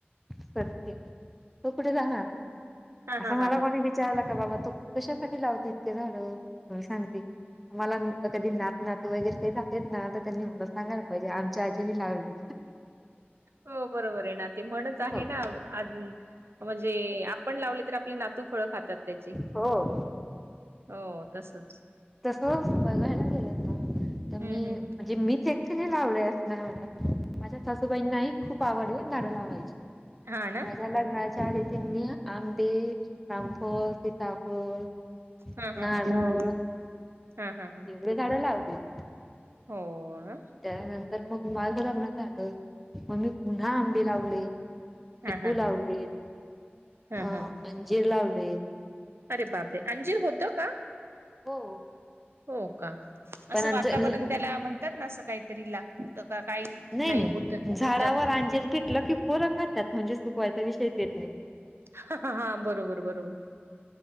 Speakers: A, in the centre; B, on the right.
A: सत्य तो कुठे जाणार नाही
B: हा
A: असं
B: हा
A: मला
B: हा हा.
A: कोणी विचारलं का बाबा तू कशासाठी लावते इतके झाड तर मी सांगते मला नं कधी नात नातू वगैरे काही झालं येत ना त त्यांनी <inaudible> सांगायला पाहिजे आमच्या आजीनी लावले.
B: हो बरोबर आहे ना ते म्हणच आहे
A: हो
B: ना अधी म्हणजे आप पण लावले तर आपली नातू फळ खातात त्याची
A: हो
B: हो तसच.
A: तस बघायला गेलं ना तर
B: हम्म
A: मी
B: हम्म
A: म्हणजे
B: हम्म
A: मीच एक तिने लावले अस नाही म्हणत माझ्या सासूबाईंनाही खूप आवडये झाड लावायची.
B: हा ना
A: माझ्या लग्नाच्या आधी त्यांनी आंबे रामफळ, सीताफळ
B: हम्म हम्म
A: नारळ
B: हम्म <inaudible> हम्म हम्म हम्म.
A: एवढे झाड लावलीत.
B: हो. ना
A: त्यानंतर मग माझ लग्न झालं मग मी पुन्हा आंबे लावले.
B: हा
A: चिकू
B: हा
A: लावलेत
B: हा हा हा
A: अ-
B: हा
A: अंजीर लावलेत.
B: अरे बाप रे अंजिर होत का.
A: हो.
B: हो का असं
A: पण आमचं
B: वातावरण त्याला म्हणतात ना असं काहीतरी लागत का? काही
A: नाही नाही
B: होत
A: झाडावर
B: होत हा
A: अंजीर पिकलं पोर खातात म्हणजे सुकवायचा विषयच येत नाही.
B: हा हा हा बरोबर बरोबर